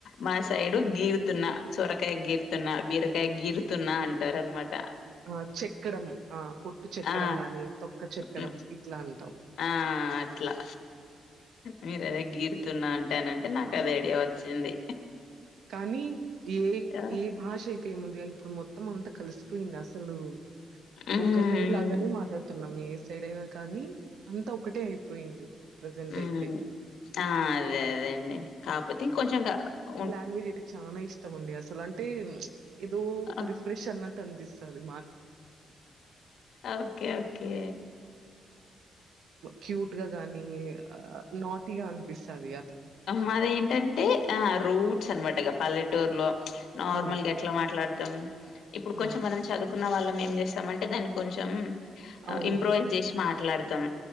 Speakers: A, on the left; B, on the right.
A: మా సైడు గీరుతున్నా సోరకాయ గీరుతున్నా బీరకాయ గీరుతున్నా అంటారనమాట
B: ఆ చెక్కడం ఆ పొట్టు చెక్కడం
A: ఆ
B: గాని తొక్క చెక్కడం
A: హ్మ్.
B: ఇట్లా అంటాం
A: ఆ అట్లా మీరదే గీరుతున్న అంటే అనంటే నాకదే ఐడియా వచ్చింది
B: కానీ ఏ
A: ఆ!
B: ఏ భాష అయితే ఏముందిగా ఇప్పుడు మొత్తం అంతా కలిసిపోయింది అసలు
A: హ్మ్
B: ఒక్కతె లాగానే మాట్లాడుతున్నాం ఏ సైడ్ అయినా కానీ అంత ఒకటే అయిపోయింది ప్రజెంట్
A: హ్మ్
B: అయితే
A: ఆ అదే అదే అండి కాపోతే కొంచెం గా ఉండ్
B: లాంగ్గ్వేజ్ అయితే చాన ఇష్టం అండి అసలు అంటే ఏదో
A: ఆహ్,
B: రిఫ్రెష్ అన్నట్టనిపిస్తది
A: ఓకే ఓకే
B: క్యూట్ గా గాని ఆ నాటిగా అనిపిస్తాది
A: మాదేంటంటే ఆ రూట్స్ అనమాట ఇగ పల్లెటూరులో నార్మల్
B: ఆ!
A: గా ఎట్లా మాట్లాడతాం ఇప్పుడు
B: ఆ!
A: కొంచెం మనం చదువు కున్న వాళ్ళం ఏం చేస్తాం అంటే దాన్నీ కొంచెం
B: అవును.
A: ఇంప్రూవైజ్ జెసి మాట్లాడతాం